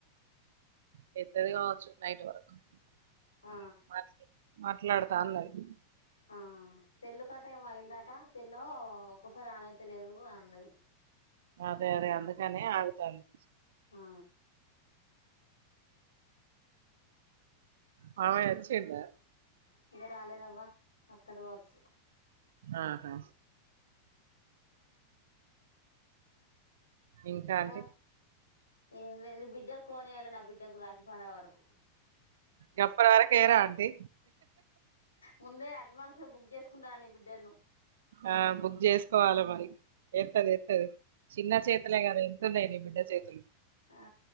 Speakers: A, on the right; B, on the left.
A: పెద్దది కావొచ్చు నైట్ వర్క్
B: ఆ
A: <unintelligible> మాట్లాడతా అన్న <unintelligible>
B: ఆ సెల్లు కట ఏమో అయిందట సెల్లో ఒక్కొసారి ఆన్ అయితలేదు అని అన్నది
A: అదే అదే అందుకనే ఆగుతంది
B: ఆ
A: మావయ్య వచిన్డ
B: ఇంగ రాలేదవ్వ వత్తడు కావచ్చు
A: ఆహా ఇంకా
B: ఇంక
A: ఆంటీ
B: ఏం లేద్లే ని బిడ్డలకు కోనేయాలి నా బిడ్డకు రాఖీ పండగ వరకు
A: గప్పటి వరకు ఎయరా ఆండి
B: ముందే అడ్వాన్స్గా బుక్ చేసుకుంటాన్న నీ బిడ్డలను
A: ఆ బుక్ చేసుకోవాలె మరి ఏత్తది ఏత్తది చిన్న చేతులే కద ఎంతున్నాయి నీ బిడ్డ చేతులు
B: ఆ